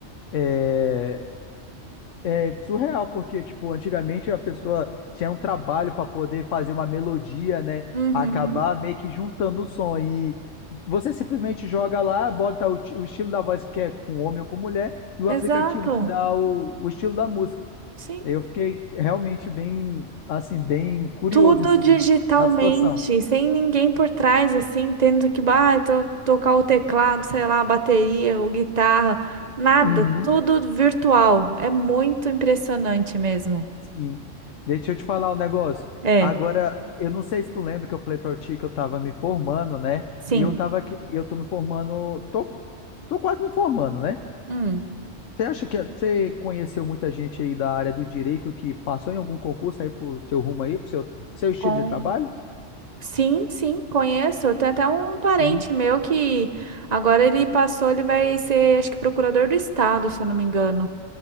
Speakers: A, on the left; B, on the right.
A: É, É surreal, porque, tipo, antigamente a pessoa tinha um trabalho para poder fazer uma melodia, né?
B: Uhum,
A: Acabar meio que juntando o som. E você simplesmente joga lá, bota o, ti- o estilo da voz que é com homem ou com mulher, e o
B: exato.
A: aplicativo te dá o, o estilo da música.
B: Sim.
A: Eu fiquei realmente bem, assim, bem curioso
B: Tudo
A: em si-
B: digitalmente,
A: na situação.
B: sem ninguém por trás, assim, tendo que ah, to- tocar o teclado, sei lá, a bateria ou guitarra, nada,
A: Uhum.
B: tudo virtual. É muito impressionante mesmo.
A: Sim. Deixa eu te falar um negócio.
B: É,
A: Agora, eu não sei se tu lembra que eu falei pra ti que eu tava me formando, né?
B: sim.
A: E eu tava aqui, e eu tô me formando, tô, tô quase me formando, né?
B: Hum.
A: Você acha que você conheceu muita gente aí da área do direito que passou em algum concurso aí pro seu rumo aí, pro seu, seu estilo
B: com
A: de trabalho?
B: Sim, sim, conheço. Tem até um parente
A: Uhum.
B: meu que agora ele passou, ele vai ser, acho que procurador do estado, se eu não me engano.